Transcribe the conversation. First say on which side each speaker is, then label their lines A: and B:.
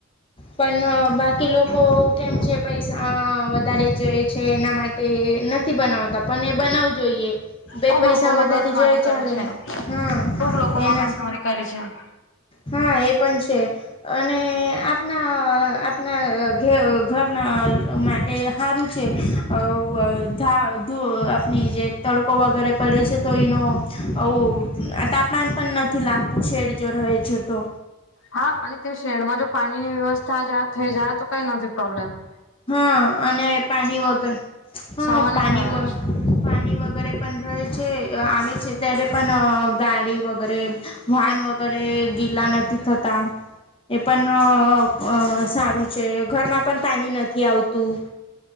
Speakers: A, on the left (about 25°); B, on the left (about 60°).
A: પન બાકી લોકો કેમ છે પૈસા વધારે જ છે એના માટ ટે નથી બનાવતા પન એ બનાવું જોઈએ. બે
B: ખુબ
A: પૈસા
B: લોકો મગજમારી
A: વધારે જોય એ
B: કરે
A: ચાલે
B: છે
A: હહ
B: ખુબ લોકો
A: એના.
B: મગજમારી કરે છે.
A: હા એ પન છે અને આપના આપના. ઘ ઘરના માટે હારું છે અ વ ધા ધો આપની જે તડકો વગેરે પડે છે તો ઈનો આવું તાપ માન પન નથી લાગતું શેડ જો રહે છે તો.
B: હા અને ત્યા શેડમાં જો પાણીની વ્યવસ્થા જા થઈ જાય તો કાઈ નથી પ્રોબ્લમ.
A: હહ અને પાની વગર છ
B: સૌને
A: પાની
B: સારો
A: વગ
B: હશે.
A: પાની વગેરે પન રહે છે અ આવે છે ત્યારે પન ગાડી વગ ગેરે વાહન વગેરે ગીલા નથી થત તા એ પન અ અ સારું છે ઘરમાં પન પાની નથ થી આવતું.